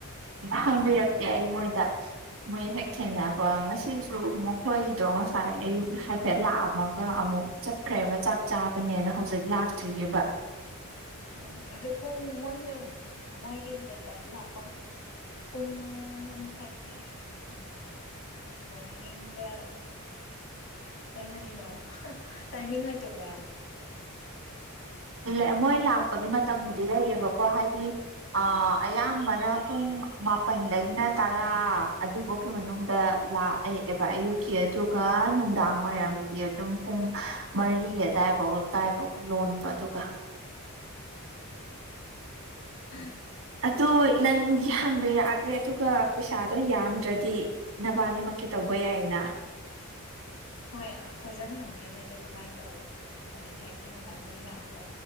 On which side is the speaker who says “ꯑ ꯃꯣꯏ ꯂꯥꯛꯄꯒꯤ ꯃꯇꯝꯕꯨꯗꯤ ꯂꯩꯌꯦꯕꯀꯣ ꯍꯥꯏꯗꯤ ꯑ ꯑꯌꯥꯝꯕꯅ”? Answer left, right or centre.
Right